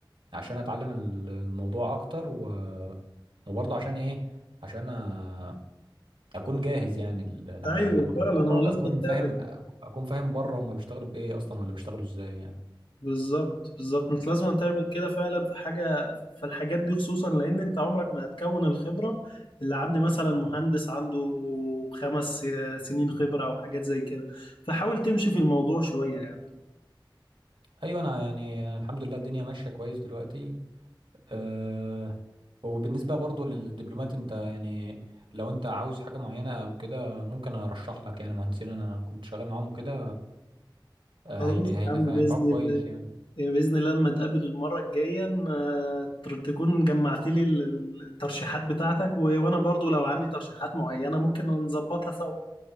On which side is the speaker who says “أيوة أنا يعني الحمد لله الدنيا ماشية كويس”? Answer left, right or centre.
Right